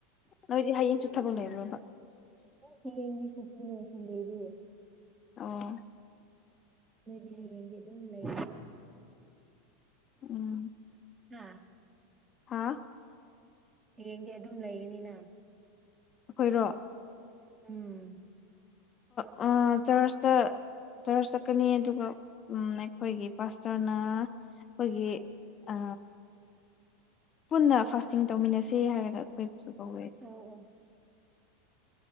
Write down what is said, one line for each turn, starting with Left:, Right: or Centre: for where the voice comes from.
Left: ꯅꯣꯏꯗꯤ ꯍꯌꯦꯡꯁꯨ ꯊꯕꯛ ꯂꯩꯕ꯭ꯔꯣꯕ
Right: ꯍꯌꯦꯡꯗꯤ ꯁꯨꯇꯤꯅꯦ ꯁꯟꯗꯦꯗꯤ
Left: ꯑꯣ
Right: ꯅꯣꯏꯗꯤ ꯍꯌꯦꯡꯗꯤ ꯑꯗꯨꯝ ꯂꯩ
Left: ꯎꯝ
Right: ꯍꯥ
Left: ꯍꯥꯥ
Right: ꯍꯌꯦꯡꯗꯤ ꯑꯗꯨꯝ ꯂꯩꯒꯅꯤꯅ
Left: ꯑꯩꯈꯣꯏꯔꯣ
Right: ꯎꯝ
Left: ꯍ ꯆꯔꯆꯇ ꯇꯔꯆ ꯆꯠꯀꯅꯤ ꯑꯗꯨꯒ ꯑꯩꯈꯣꯏꯒꯤ ꯄꯥꯁꯇꯔꯅ ꯑꯩꯈꯣꯏꯒꯤ ꯑ ꯄꯨꯟꯅ ꯐꯥꯁꯇꯤꯡ ꯇꯧꯃꯤꯟꯅꯁꯦ ꯍꯥꯏꯔꯒ ꯑꯩꯈꯣꯏꯁꯨ ꯀꯧꯋꯦ
Right: ꯑꯣ ꯑꯣ